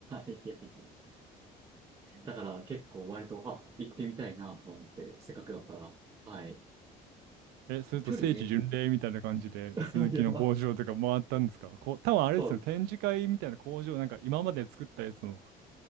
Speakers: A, on the right (about 20°); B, on the right (about 80°).
A: <laughs> いやいや。だから結構割と、あ、行ってみたいなと思って、せっかくだったら。はい。
B: え、それと聖地巡礼みたいな感じで、
A: 距離ね。<laughs>
B: 鈴木の工場とか回ったんですかこう、
A: やばと
B: 多分あれですよね、
A: そう。
B: 展示会みたいな工場、なんか今まで作ったやつの